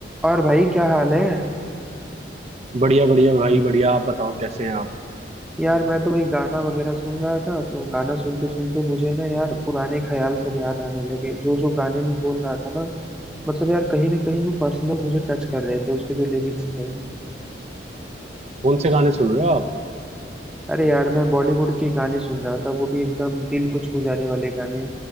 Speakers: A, in the centre; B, on the right.
A: और भाई क्या हाल है
B: बढ़िया बढ़िया भाई बढ़िया आप बताओ कैसे हैं आप
A: यार मैं तो वही गाना वगैरह सुन रहा था तो गाना सुनते सुनते मुझे ना यार पुराने ख्याल सब याद आने लगे जो जो गाने में बोल रहा था ना मतलब यार कहीं ना कहीं वो पर्सनल मुझे टच कर रहे थे उसके जो लिरिक्स थे
B: कौन से गाने सुन रहे हो आप
A: अरे यार मैं बॉलीवुड के गाने सुन रहा था वो भी एकदम दिल को छू जाने वाले गाने